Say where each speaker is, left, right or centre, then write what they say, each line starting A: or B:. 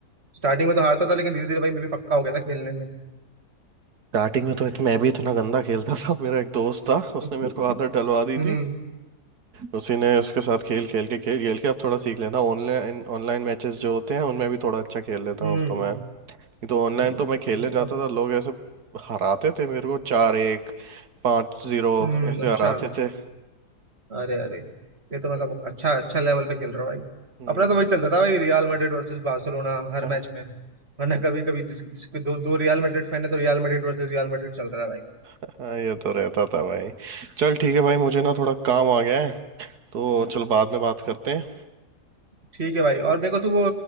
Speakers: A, on the right (about 40°); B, on the right (about 75°).
A: स्टार्टिंग में तो हारता था लेकिन धीरे धीरे भाई मैं भी पक्का हो गया था खेलने में
B: स्टार्टिंग में तो इत, मैं भी इतना गंदा खेलता था मेरा एक दोस्त था उसने
A: <laughs>
B: मेरे को आदत डलवा दी
A: हम्म
B: थी उसी ने उसके साथ खेल खेल के खेल खेल के अब थोड़ा सीख लेता हूँ ऑनलाइन ऑनलाइन मैचेस जो होते हैं उनमें भी थोड़ा अच्छा खेल लेता
A: हम्म
B: हूँ अब तो मैं ये तो ऑनलाइन
A: हम्म
B: तो मैं खेलने जाता
A: अब
B: था लोग ऐसे हराते थे मेरे को चार एक पाँच जीरो
A: हम्म
B: ऐसे
A: अच्छा
B: हराते थे
A: अरे अरे ये तो मतलब अच्छा अच्छा लेवल पे खेल रहा हो भाई
B: हम्म,
A: अपना तो वही चलता था भाई रियल मैड्रिड वर्सेस बार्सिलोना हर
B: हाँ
A: मैच में वरना कभी कभी जिस, जिसके दो दो रियल मैड्रिड फैन है तो Real Madrid versus Real Madrid चल रहा है भाई
B: हाँ, ये तो रहता था भाई चल ठीक है भाई मुझे ना थोड़ा काम आ गया है तो चल बाद में बात करते हैं
A: ठीक है भाई और मेरे को तू वो